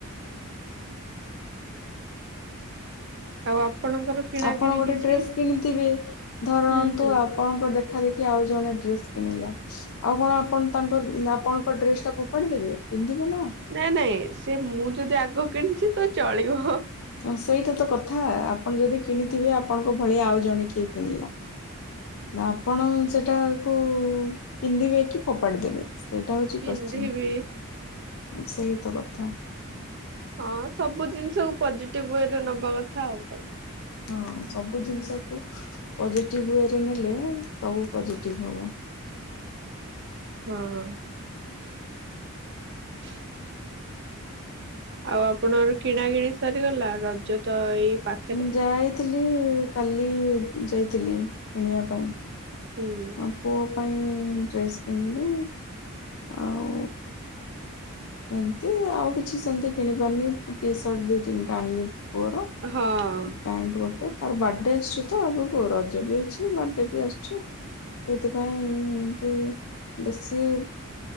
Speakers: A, on the right (about 50°); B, on the left (about 70°).
A: ତ ଆପଣଙ୍କର କିଣା
B: ଆପଣ
A: କିିଣି
B: ଗୋଟେ
A: କିଛି
B: ଡ୍ରେସ୍ କିଣିଥିବେ ଧରନ୍ତୁ
A: ହୁଁ ହୁଁ।
B: ଆପ ଆପଣଙ୍କ ଦେଖା ଦେଖି ଆଉ ଜଣେ ଡ୍ରେସ କିଣିଲା। ଆଉ କଣ ଆପଣ ତାଙ୍କ ଆପଣଙ୍କ ଡ୍ରେସ ଟା ଫୋପାଡି ଦେେବେ ପିନ୍ଧିବେ ନା।
A: ନାଇଁ ନାଇଁ ସେ ମୁଁ ଯଦି ଆଗ କିଣିଛି ତ ଚଳିବ।
B: ହଁ ସେଇଟା ତ କଥା ଆପଣ ଯଦି କିଣିଥିବେ ଆପଣଙ୍କ ଭଳିଆ ଆଉ ଜଣେ କିଏ କିଣିଲା। ନା ଆପଣ ସେଟାକୁ ପିନ୍ଧିବେ କି ଫୋପାଡ଼ି ଦେବେ। ସେଇଟା ହଉଛି
A: ପିନ୍ଧିବି
B: କଶ୍ଚିିନ ସେଇ ତ କଥା।
A: ହଁ ସବୁ ଜିନିଷକୁ ପଜିଟିଭ ୱେରେ ନବା କଥା ଆଉ କଣ।
B: ହଁ ସବୁ ଜିନିଷକୁ ପଜିଟିଭ ୱେରେ ନେଲେ ସବୁ ପଜିଟିଭ୍ ହବ।
A: ହଁ। <inaudible> ଆଉ ଆପଣଙ୍କର କିଣା କିିଣି ସାରିଗଲା ରଜ ତ ଏଇ ପାଖ
B: ମୁଁ ଯାଇଥିଲି କାଲି ଯାଇଥିଲି କିଣିବା ପାଇଁ।
A: ହୁଁ।
B: ଆଉ ପୁଅ ପାଇଁ ଡ୍ରେସ୍ କିଣିଲି ଆଉ ଏମିତି ଆଉ କିଛି ସେମିତି କିଣିପାରନି ଟି ସର୍ଟ ଦିଇ ତିନିଟା ଆଣିଲି। ପୁଅର।
A: ହଁ।
B: ପ୍ୟାଣ୍ଟ ଗୋଟେ ତାର ବାର୍ଥଡେ ଆସୁଛି ତ ଆଗକୁ ରଜ ବି ଅଛି ବାର୍ଥଡ଼େ ବି ଆସୁଛୁ। ସେଥିପାଇଁ ଏମତି ବେଶୀ